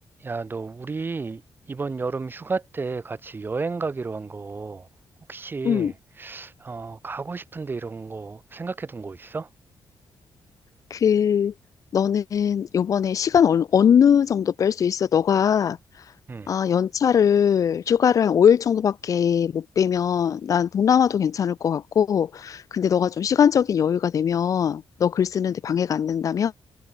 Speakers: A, on the right; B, on the left.
A: 야, 너 우리 이번 여름 휴가 때 같이 여행 가기로 한 거 혹시
B: 응
A: 어, 가고 싶은데 이런 거 생각해 둔 거 있어?
B: 그, 너는 요번에 시간 어느, 어느 정도 뺄 수 있어? 너가,
A: 응.
B: 아, 연차를, 휴가를 한 5일 정도밖에 못 빼면 난 동남아도 괜찮을 것 같고, 근데 너가 좀 시간적인 여유가 되면, 너 글 쓰는데 방해가 안 된다면,